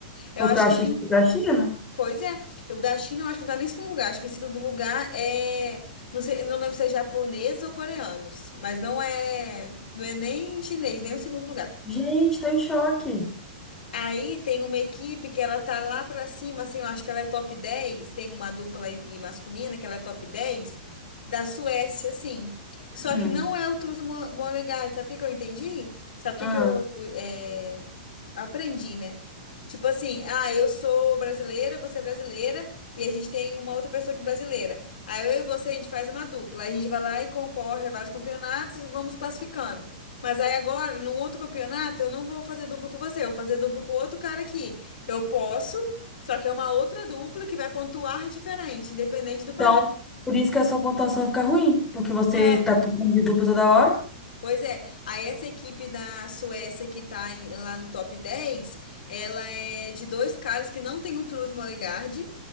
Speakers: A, on the left (about 70°); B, in the centre.
A: Eu
B: Porque
A: acho
B: eu achei
A: que
B: que foi da China.
A: Pois é, eu da China eu acho que não tá nem em segundo lugar. Acho que em segundo lugar é. Não sei, eu não lembro se é japonês ou coreanos. Mas não é. Não é nem chinês, nem o segundo lugar.
B: Gente, estou em choque.
A: Aí tem uma equipe que ela tá lá pra cima, assim, eu acho que ela é top 10. tem uma dupla aí masculina que ela é top 10 da Suécia, assim. Só
B: Hum.
A: que não é o Truls Mo- Molegard, sabe o que que eu entendi? Sabe o que
B: Ah,
A: que eu eh, aprendi, né? Tipo assim, ah, eu sou brasileira, você é brasileira, e a gente tem uma outra pessoa que é brasileira. Aí eu e você, a gente faz uma dupla, a gente vai lá e concorre a vários campeonatos, e vamos classificando. Mas aí agora, num outro campeonato, eu não vou fazer duplo com você, eu vou fazer duplo com outro cara aqui. Eu posso, só que é uma outra dupla que vai pontuar diferente, independente do país.
B: então, por isso que a sua pontuação fica ruim. Porque você
A: É,
B: tá tocando de dupla toda hora.
A: pois é. Aí essa equipe da Suécia que tá em- lá no top 10, ela é de dois caras que não tem o Truls Mollegard.